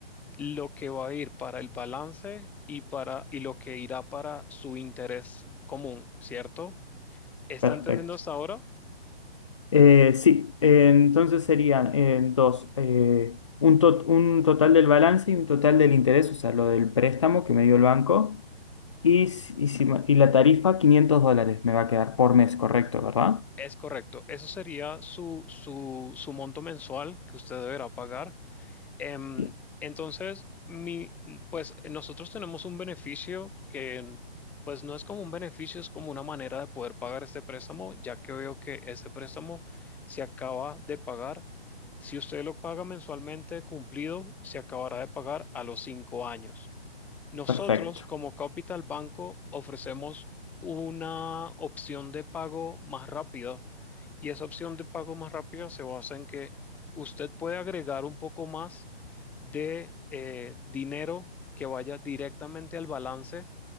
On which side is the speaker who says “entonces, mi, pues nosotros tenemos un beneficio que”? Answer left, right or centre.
Centre